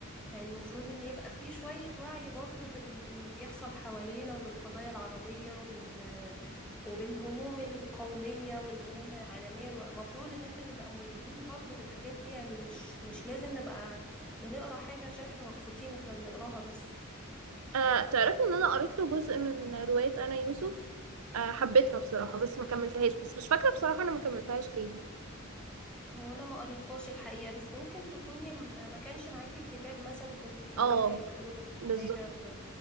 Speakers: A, in the centre; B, on the right.
A: يعني المفروض ان يبقى في شوية وعي برضو بال- باللي بيحصل حوالينا وبالقضايا العربية وبال... وبالهموم القومية والهموم العالمية الم- المفروض ان احنا نبقى ملمين برضو بالحاجات دي يعني مش مش لازم نبقى بنقرا حاجة عشان احنا مبسوطين واحنا بنقراها بس
B: آه، تعرفي ان انا قريت له جزء من رواية انا يوسف آه، حبيتها بصراحة بس ما كملتهاش بس مش فاكرة بصراحة انا ما كملتهاش ليه
A: هو انا ما قريتهاش الحقيقة بس ممكن تكوني ما ما كانش معاكي الكتاب مثلا كنت بتقريها
B: اه
A: الكتروني أو
B: بالظبط
A: حاجة ف